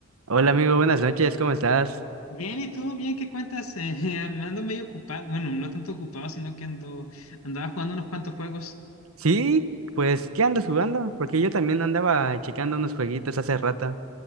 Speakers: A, on the right (about 75°); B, on the left (about 85°).
A: Hola amigo, buenas noches, ¿cómo estás?
B: Bien, ¿y tú? Bien, ¿qué cuentas? <laughs> Eh, ando medio ocupado, bueno, no tanto ocupado, sino que ando, andaba jugando unos cuantos juegos.
A: Sí, pues, ¿qué andas jugando? Porque yo también andaba checando unos jueguitos hace rato.